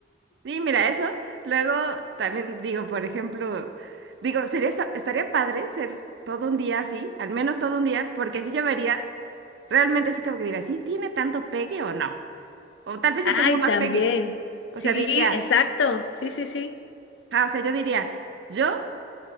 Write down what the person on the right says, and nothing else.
Sí, mira, eso. Luego también digo, por ejemplo, digo, sería esta- estaría padre ser todo un día así, al menos todo un día, porque así yo vería, realmente sí como que diría, ¿sí tiene tanto pegue o no? O tal vez
yo tengo más
pegue.
O sea, diría,
ah, o sea, yo diría, yo,